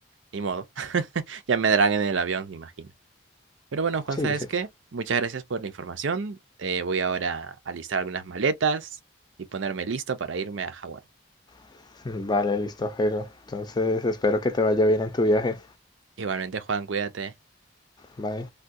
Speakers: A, on the right; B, on the left.
A: Ni modo. <laughs> Ya me darán en el avión, me imagino. Pero bueno, Juan,
B: Sí,
A: ¿sabes
B: sí.
A: qué? Muchas gracias por la información. Eh, voy ahora a listar algunas maletas y ponerme listo para irme a Hawái.
B: <laughs> Vale, listo, Jero. Entonces espero que te vaya bien en tu viaje.
A: Igualmente, Juan, cuídate.
B: Bye.